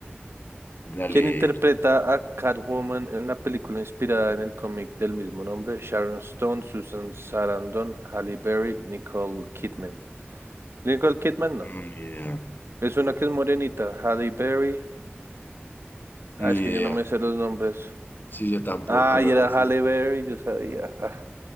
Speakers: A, on the left (about 50°); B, on the right (about 75°).
A: Dale,
B: ¿Quién interpreta a Catwoman en la película inspirada en el cómic del mismo nombre? Sharon Stone, Susan Sarandon, Halle Berry, Nicole Kidman. Nicole Kidman no.
A: no, ni idea,
B: Es una que es morenita. Halle Berry. Ah,
A: ni
B: es que
A: idea.
B: yo no me sé los nombres.
A: Sí, yo tampoco,
B: Ah,
A: no
B: y era
A: la
B: Halle
A: sé.
B: Berry, yo sabía. Ah.